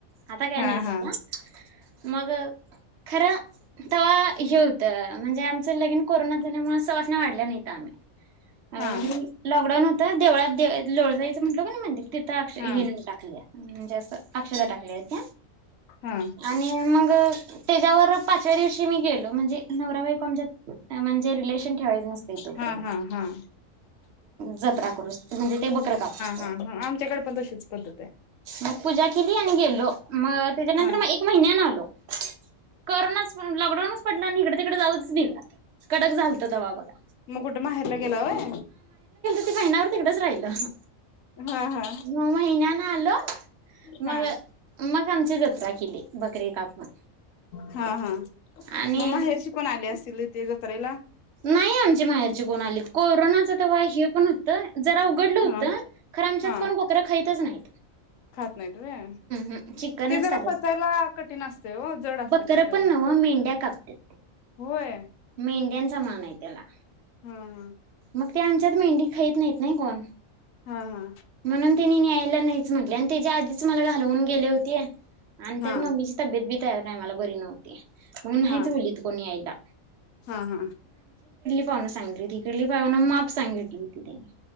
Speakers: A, on the right; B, on the left.
A: आता काय
B: हा
A: नाहीसोडा
B: हा
A: मग खरं तेव्हा हे होतं, म्हणजे आमचं लगीन कोरोना झाल्यामुळे सवासना वाढल्या नाही ता आम्ही अ
B: हा
A: लॉकडाऊन होता देवळात लोळ जाईचं म्हटल, का ना मंदिर तिथं अ हे
B: हा
A: नऊन टाकल्या म्हणजे अस अक्षता टाकलेत.
B: हा हा
A: आणि मग त्याच्यावर पाचव्या दिवशी मी गेलो म्हणजे, नवराबाईकमच्यात म्हणजे रिलेशन ठेवायचं नसत तोपर्यंत
B: हा हा
A: जत्रा करू म्हणजे ते बकर कापू असत
B: हा हा आमच्याकडे पण तशीच पद्धत आहे
A: मग पूजा केली आणि गेलो. मग त्याच्यानंतर
B: हा
A: मग एक महिन्यान आलो. कोरोनाच प लॉकडाऊनच पडला आणि इडे तिकडे जाऊच दिल कडक झालतो त वा बघा
B: मगुड म हे गेला होय.
A: महिनाभर तिकडच राहिलं
B: हा हा
A: म महिन्यान आलो
B: हा
A: मग मग आमची जत्रा केली. बकरी काप मण
B: हा हा
A: आणि
B: मग माहेरची पण आली असतील ते जत्रेला
A: नाही आमचे माहेरचे कोण आले को कोरोनाच ते वा पण होत जरा उघडलं होतं
B: हा
A: खर आमच्यात
B: हा
A: कोण बकरं खाईतच नाही
B: खात नाही वय,
A: हम् चिकनच
B: ते जरा
A: खातात
B: पचायला कठीण असते हो जड असते
A: बकरं
B: पचायला
A: पण नव्ह मेंढ्या कापतात
B: होय
A: मेंढ्यांचा मान आहे त्याला
B: हम्म हम्
A: मग ते आमच्यात मेंढी खाईत नाहीत नाही कोण
B: हा हां
A: म्हणून त्यांनी न्यायला नाहीच म्हटले आणि त्याच्या आधीच मला घालवून गेले होते आणि
B: हा
A: त्या मम्मीची तब्येत बि त्या टायमाला बरी नव्हती. मग नाहीच
B: हा
A: बोलली त कोणी यायला.
B: हा हा
A: पाहुणं सांगली होती ईकडली पाहून माप सांगितली होती त्यानी